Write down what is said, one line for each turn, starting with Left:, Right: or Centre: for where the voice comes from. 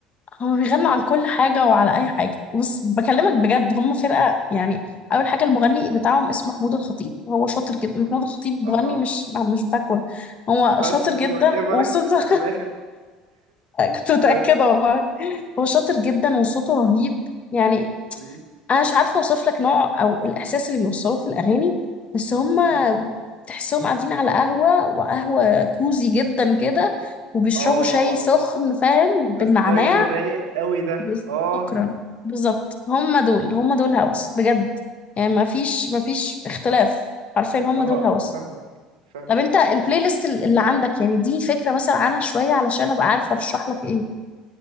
Left: <laughs> هم بيغنوا عن كل حاجة وعلى اي حاجة بص بكلمك بجد هم فرقة يعني اول حاجة المغني بتاعهم اسمه محمود الخطيب وهو شاطر جدا محمود الخطيب مغني
Right: اها
Left: مش مش بتاع كورة هو
Right: انا
Left: شاطر
Right: لسه كنت
Left: جدا
Right: بقى جاي بقولك
Left: وصوته <laughs>
Right: انا اخر
Left: <laughs> كنت متأكدة
Right: تمام
Left: والله هو شاطر جدا وصوته رهيب يعني
Right: مم.
Left: أنا مش عارفة أوصف لك نوع أو الإحساس اللي بيوصلوه في الأغاني بس هما
Right: <laughs>
Left: تحسهم قاعدين على قهوة وقهوة كوزي جدا كده وبيشربوا
Right: اه
Left: شاي
Right: اه
Left: سخن
Right: اه اه
Left: فاهم بالنعناع
Right: الستايل الرايق قوي ده
Left: بس-
Right: اه
Left: شكرا بالظبط هما دول هما دول هوس بجد يعني ما فيش ما فيش اختلاف عارفين هما
Right: اه
Left: دول هوس
Right: فاهمك فاهمك
Left: طب انت البلاي
Right: مم.
Left: ليست اللي عندك يعني دي فكرة مثلا عنها شوية علشان ابقى عارفة ارشح لك ايه